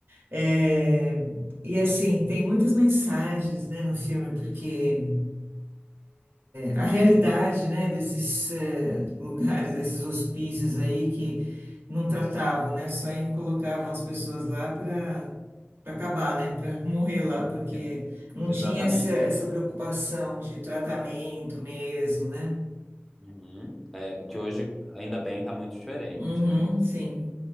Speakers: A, on the right; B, in the centre.
A: É, e assim, tem muitas mensagens, né, no filme, porque a realidade, né, desses eh, lugares, desses hospícios aí que não tratavam, né, só em- colocavam as pessoas lá para para acabar, né, para morrer lá, porque
B: E-
A: não
B: Exatamente.
A: tinha essa, essa preocupação de tratamento mesmo, né?
B: Uhum. É, que hoje, ainda bem, tá muito diferente,
A: Uhum,
B: né?
A: sim.